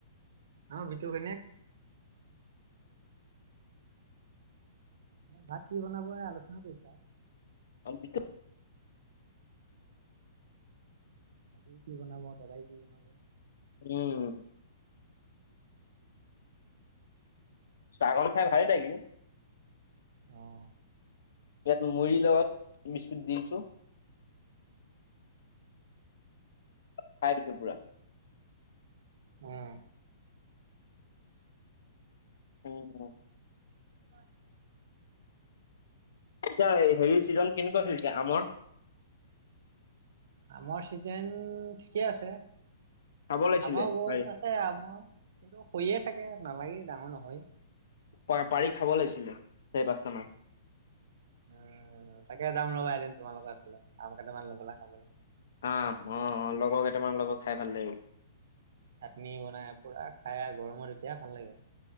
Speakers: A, on the right (about 55°); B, on the left (about 65°).
A: অ' বিতু হয়নে? ভাত কি বনাব, এয়া আলোচনা কৰিছে আৰু।
B: <unintelligible>
A: ভাজি কি বনাব, তৰকাৰি কি বনাব?
B: উম। ছাগল খাই ভালেই লাগে।
A: অহ।
B: তাত মুড়িৰ লগত বিস্কুট দি আছো। খাই দিছো পুৰা।
A: উম।
B: উম।
A: <inaudible>
B: এতিয়া হেৰি চিজন কেনেকুৱা চলিছে আমৰ?
A: আমাৰ চিজন ঠিকে আছে।
B: খাব লাগিছিলে
A: আমাৰ গছ
B: পাৰি
A: আছে আমৰ, কিন্তু সৰিয়ে থাকে নালাগে ডাঙৰ নহয়।
B: প পাৰি খাব লাগিছিলে। চাৰি পাঁচটা মান
A: অ', তাকে <unintelligible> এদিন তোমালোকো আছিলা, আম কেইটামান লয় পেলাই খাবলৈ।
B: আহ, অ' অ' লগৰ কেইটামান লগত খাই ভাল লাগিব।
A: চাটনি বনাই পুৰা খাই আৰ গৰমত এতিয়া ভাল লাগিব।